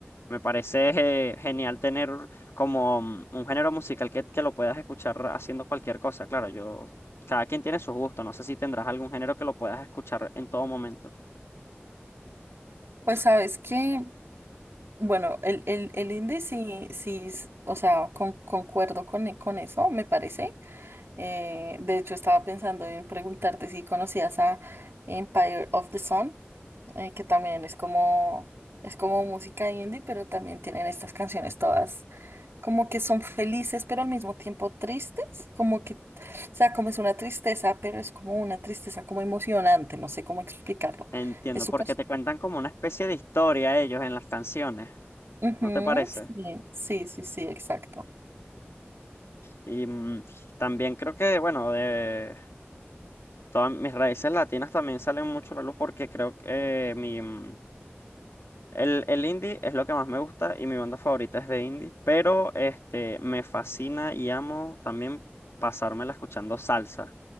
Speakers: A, on the left; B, on the right.
A: Me parece eh, genial tener como mm, un género musical que, que lo puedas escuchar haciendo cualquier cosa. Claro, yo, cada quien tiene sus gustos. No sé si tendrás algún género que lo puedas escuchar en todo momento.
B: Pues sabes que, bueno, el, el, el indie sí, sí, s- o sea, con- concuerdo con, e, con eso, me parece. Eh, de hecho, estaba pensando en preguntarte si conocías a Empire of the Sun, eh, que también es como, es como música indie, pero también tienen estas canciones todas. como que son felices, pero al mismo tiempo tristes, como que, o sea, como es una tristeza, pero es como una tristeza como emocionante, no sé cómo explicarlo.
A: Entiendo,
B: Es súper...
A: porque te cuentan como una especie de historia ellos en las canciones.
B: Ujú,
A: ¿No te parece?
B: sí, sí, sí, sí, exacto.
A: Y mm, también creo que, bueno, de todas mis raíces latinas también salen mucho a la luz porque creo que eh, mi, mm, El, el indie es lo que más me gusta y mi banda favorita es de indie, pero este, me fascina y amo también pasármela escuchando salsa.